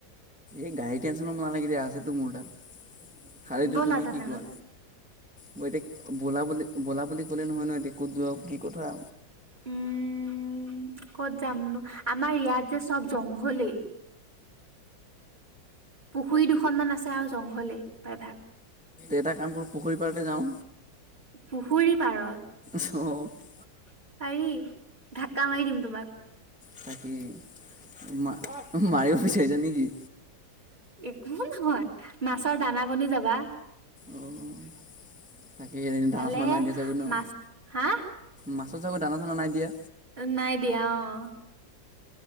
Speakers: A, in the centre; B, on the right (about 25°).
A: এই গাড়ীৰ টেনচন নালাগে দিয়া, আছেতো মোৰ তাত। খালীটো
B: ব'লা
A: তুমি
B: তেনেহলে
A: কি কোৱা? মই এতিয়া বলা বুলি ব'লা বুলি ক'লে নহয়, নহয়। এতিয়া ক'ত যোৱা কি কথা?
B: উ'ম। উ'ম ক'ত যামনো। আমাৰ ইয়াত যে চব জংঘলে। পুখুৰী দুখনমান আছে আৰু জংঘলেই প্ৰায়ভাগ।
A: এটা কাম কৰোঁ পুখুৰী পাৰতে যাওঁ।
B: পুখুৰী পাৰত।
A: চ'
B: পাৰি ঢাক্কা মাৰি দিম তোমাক।
A: তাকে মাৰিব বিচাৰিছা নেকি?
B: একো নহয়, মাছৰ দানা বনি যাবা।
A: অ'
B: <unintelligible>
A: তাকে সেই দানা
B: ভালেহে
A: চানা নাই দিয়া চাগৈ ন।
B: মাছ হা
A: মাছত চাগৈ দানা চানা নাই দিয়া।
B: নাই দিয়া অ'।